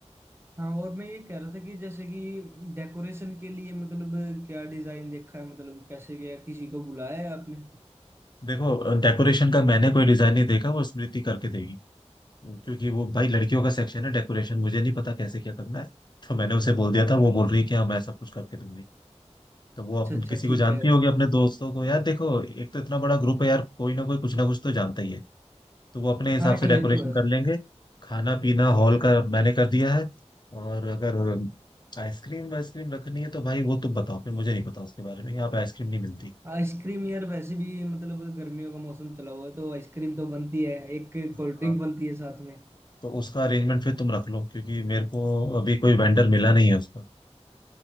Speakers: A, on the right (about 20°); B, on the left (about 40°).
A: हाँ और मैं ये कह रहा था कि जैसे कि डेकोरेशन के लिए मतलब क्या डिजाइन देखा है मतलब कैसे गया किसी को बुलाया है आपने
B: देखो डेकोरेशन का मैंने कोई डिजाइन नहीं देखा वो स्मृति करके देगी क्योंकि वो भाई लड़कियों का सेक्शन है डेकोरेशन मुझे नहीं पता कैसे क्या करना है तो मैंने उसे बोल दिया था वो बोल रही है कि हाँ मैं सब कुछ करके दूंगी तो वो अपन
A: अच्छा अच्छा
B: किसी
A: ठीक
B: को जानती
A: है
B: होगी अपने दोस्तों को यार देखो एक तो इतना बड़ा ग्रुप है यार कोई ना कोई कुछ ना कुछ तो जानता ही है तो वो अपने हिसाब
A: हाँ
B: से
A: ये
B: डेकोरेशन
A: तो है
B: कर लेंगे खाना पीना हॉल का मैंने कर दिया है और अगर आइसक्रीम वाइसक्रीम रखनी है तो भाई वो तुम बताओ फिर मुझे नहीं पता उसके बारे में यहाँ पे आइसक्रीम नहीं मिलती
A: आइसक्रीम यार वैसे भी मतलब गर्मियों का मौसम चला हुआ है तो आइसक्रीम तो बनती है एक
B: हाँ
A: कोल्ड ड्रिंक बनती है साथ में
B: तो उसका अरेंजमेंट फिर तुम रख लो क्योंकि मेरे को अभी कोई वेंडर मिला नहीं है उसका